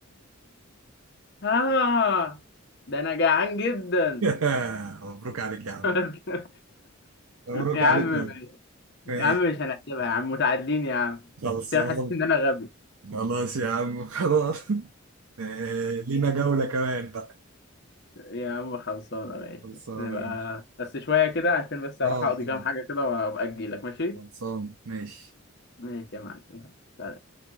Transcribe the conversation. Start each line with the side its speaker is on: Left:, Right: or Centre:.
Left: ها ده انا جعان جدا
Right: <laughs> مبروك عليك يا عم
Left: <laughs>
Right: مبروك
Left: يا
Right: عليك
Left: عم ماشي
Right: يا عم ماشي
Left: يا عم مش هنحسبها يا عم متعادلين يا عم
Right: خلصان
Left: عشان أنا حسيت ان انا غبي
Right: خلاص يا عم <laughs> خلاص آه، لينا جولة كمان بقى
Left: يا عم خلصانه ماشي
Right: خلصان
Left: نبقى
Right: يا باشا
Left: بس شويه كده عشان بس اروح
Right: اه
Left: اقضي
Right: آه،
Left: كام حاجه كده وابقى اجي لك ماشي
Right: خلصان ماشي
Left: ماشي يا معلم يلا.